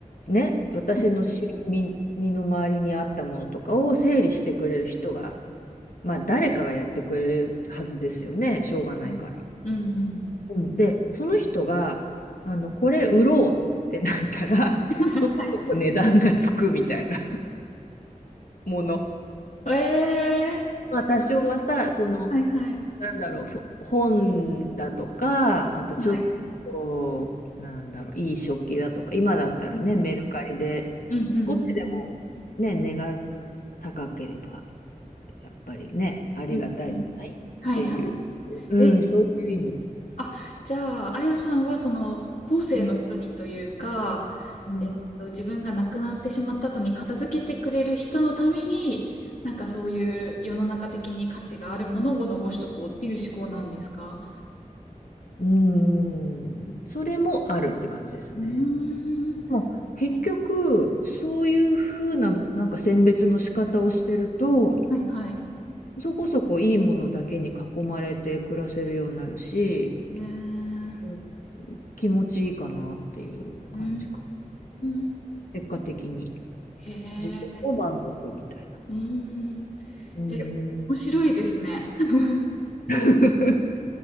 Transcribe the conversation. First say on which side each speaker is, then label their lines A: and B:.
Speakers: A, on the left (about 80°); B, on the left (about 65°).
A: ね、私の身、
B: はい、
A: 身身の回りにあったものとかを整理してくれる人が、まあ誰かがやってくれるはずですよね、しょうがないから。
B: はい。うんうん。
A: うん、で、その人が、あの、これ売ろうってなったら、<laughs>
B: <laughs>
A: そこそこ値段がつくみたいなもの。
B: ええ
A: まあ多少はさ、その、
B: はい、はい、
A: なんだろう、ふ本だとか、あとちょっと、
B: はい。
A: なんだろう、いい食器だとか、今だったらね、
B: うん
A: メルカリで、
B: うん、
A: 少しでもね、
B: うん、うん、うん、
A: 値が高ければ、やっぱりね、ありがたいじゃないっていう、
B: うんうん。はい、は
A: うん、
B: い。え、
A: そういう意味で。
B: あ、じゃあ、あやさんは、その、後世の人にというか、
A: うんう
B: えっと、自分が亡くなってしまった後に片付けてくれる人のために、なんかそういう世の中的に価値があるものを残しとこうっていう思考なんですか
A: ん、うん、それもあるって感じですね。
B: うーん。
A: もう結局、
B: え
A: そういうふうな、なんか選別の仕方をしてると、
B: はい、はい。
A: そこそこいいものだけに囲まれて暮らせるようになるし、
B: えー、
A: うん気持ちいいかなっていう感じか。
B: うーん。
A: 結果的に。
B: へえ、
A: 自分も満足みたいな。
B: うーん。
A: うんうん。
B: え、面白いですね。<laughs>
A: <laughs>